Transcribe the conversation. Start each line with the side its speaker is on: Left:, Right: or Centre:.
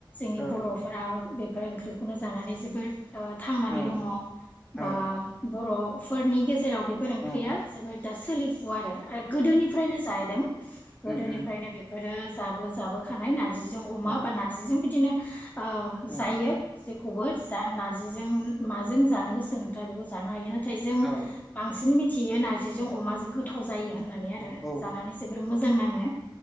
Left: नि
Centre: औ
Left: बर' फोरा बेफोर ओंख्रिखौनो जानानै जोबोद ओ थांनानै
Centre: औ
Left: दङ बा
Centre: औ
Left: बर' फोरनि गेजेराव बेफोर ओंख्रिया
Centre: औ
Left: जोबोद दा सोलिफुवा आरो गोदोनिफ्रायनो जाहैदों गोदोनिफ्रायनो
Centre: उम उम
Left: बेफोरो जाबो जाबोखानाय नारज नारजिजों अमा
Centre: औ
Left: बा नारजिजों बिदिनो ओ
Centre: औ
Left: जायो जेखौबो जा नारज नारजिजों माजों जानो गोसो नोंथाङा बेखौ जानो हायो ना थाय जों
Centre: औ
Left: बांसिन मिथियो नारजिजों अमाजों गोग गोथाव जायो होननानै
Centre: औ
Left: जानानै जोबोद मोजां नाङो